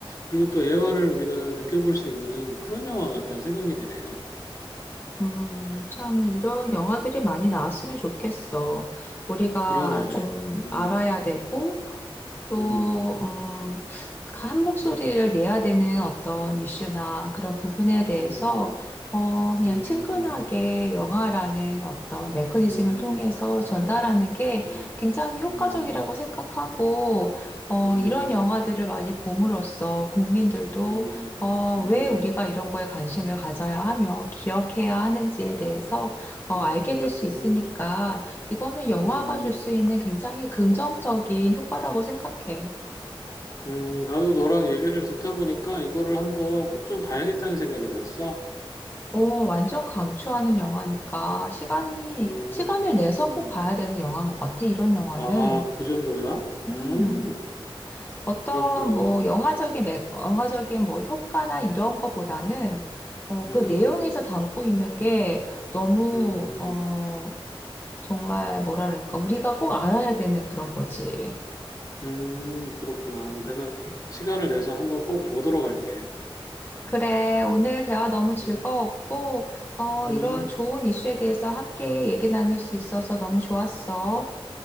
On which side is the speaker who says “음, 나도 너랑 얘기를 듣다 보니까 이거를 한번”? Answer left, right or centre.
Left